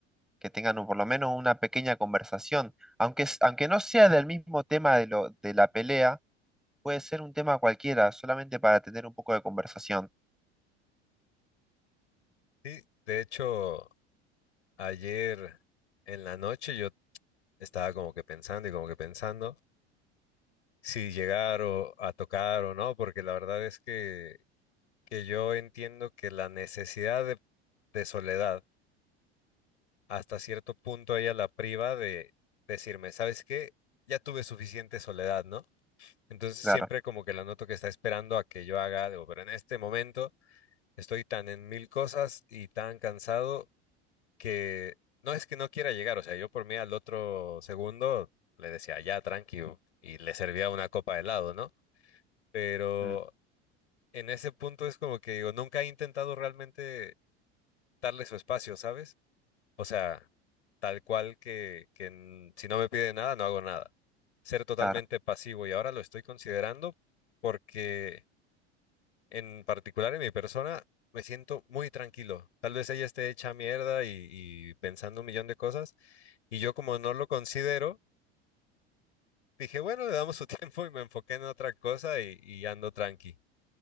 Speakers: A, in the centre; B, on the left (about 90°).
A: que tengan un- por lo menos una pequeña conversación, aunque, s- aunque no sea del mismo tema de, lo, de la pelea, puede ser un tema cualquiera, solamente para tener un poco de conversación.
B: Sí, de hecho, ayer en la noche yo estaba como que pensando y como que pensando. si llegar o a tocar o no, porque la verdad es que, que yo entiendo que la necesidad de, de soledad hasta cierto punto a ella la priva de decirme, ¿sabes qué? Ya tuve suficiente soledad, ¿no? Entonces
A: Claro,
B: siempre como que la noto que está esperando a que yo haga algo, pero en este momento estoy tan en mil cosas y tan cansado que no es que no quiera llegar, o sea, yo por mí al otro segundo le decía, ya, tranqui, y le servía una copa de helado, ¿no? Pero
A: mm,
B: en ese punto es como que digo, nunca he intentado realmente darle su espacio, ¿sabes? O sea, tal cual que, que n- si no me pide nada, no hago nada. Ser totalmente
A: claro,
B: pasivo y ahora lo estoy considerando porque en particular en mi persona me siento muy tranquilo. Tal vez ella esté hecha mierda y, y pensando un millón de cosas y yo como no lo considero, dije, bueno, le damos su <laughs> tiempo y me enfoqué en otra cosa y, y ando tranqui.